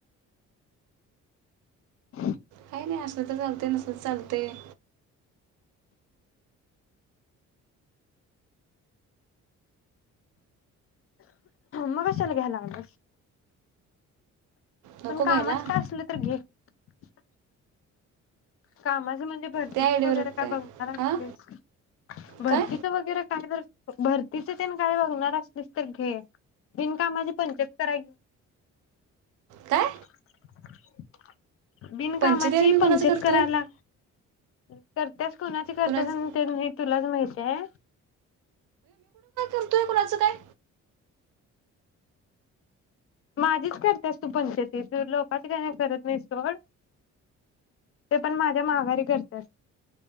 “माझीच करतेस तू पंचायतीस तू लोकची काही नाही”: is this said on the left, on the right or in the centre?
Left